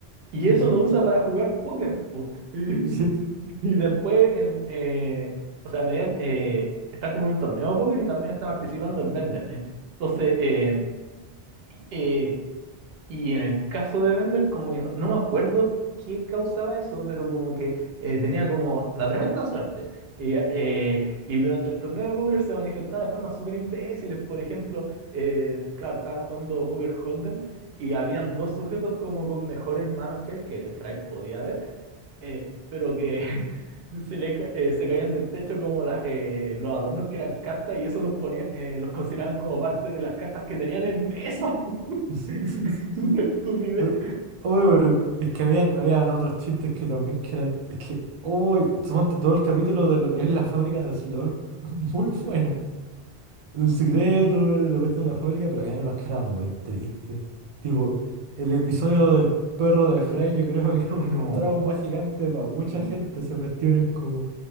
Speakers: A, on the right (about 70°); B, on the right (about 50°).
A: y
B: Sí,
A: eso
B: sí,
A: lo usa para jugar póker, po. <laughs> Y,
B: sí,
A: y después, en- eh, o sea, a medida, eh, están como en un torneo de póker y también está participando el Bender. eh. Entonces, eh, eh, y en el caso de Bender, como que no, no me acuerdo qué causaba eso, pero como que eh, tenía como la tremenda suerte. Y, eh, y durante el torneo de póker se manifestaba de formas súper imbéciles. Por ejemplo, eh, claro, estaban jugando Poker Hold'em y habían dos sujetos como con mejores manos que él, que el Fry podía ver, eh, pero que <laughs> se, le, ca- eh, se caían del techo como las, eh, los adornos que eran cartas y eso los ponía, eh, los consideraban como parte de las cartas que tenían en mesa.
B: sí, sí,
A: <laughs>
B: sí, sí.
A: Una
B: sí.
A: estupidez.
B: Eh, Oye, pero es que habían, habían otros chistes que también que eran, es que, uy, suponte todo el capítulo de lo que es la fábrica de Slurm, <laughs> muy buena. El secreto, eh, lo cuestión en la fábrica, pero había unos que eran muy tristes. Tipo, el episodio del perro de Fry, yo creo que es
A: No,
B: un trauma gigante para mucha
A: sí,
B: gente. Esa cuestión es como,